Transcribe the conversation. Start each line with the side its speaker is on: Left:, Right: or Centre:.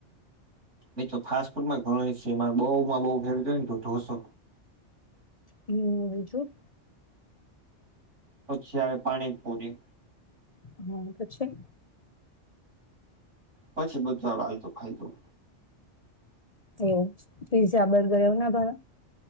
Right: મે તો ફાસ્ટ ફૂડ માં ગણ છે મા બઉુમાં બઉુ ફેવરે ને ઢોસો.
Left: હમ હજું.
Right: પછી આવે પાણી પૂરી.
Left: હા પછી.
Right: પછી બુધવાર વાલતું ખાયતું.
Left: એવું પીઝા બર્ગર એવું ના ભ.